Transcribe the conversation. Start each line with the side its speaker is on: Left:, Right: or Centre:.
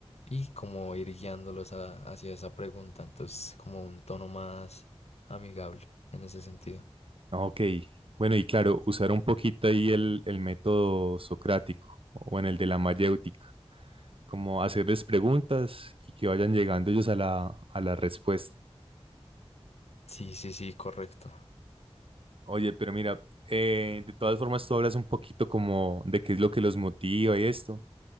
Left: y como ir guiándolos a- hacia esa pregunta. Entonces como un tono más amigable en ese sentido.
Right: Ah, Ok, bueno, y claro, usar un poquito ahí el, el método socrático o en el de la mayéutica, como hacerles preguntas y que vayan llegando ellos a la, a la respuesta.
Left: Sí, sí, sí, correcto.
Right: Oye, pero mira, eh, de todas formas tú hablas un poquito como de qué es lo que los motiva y esto,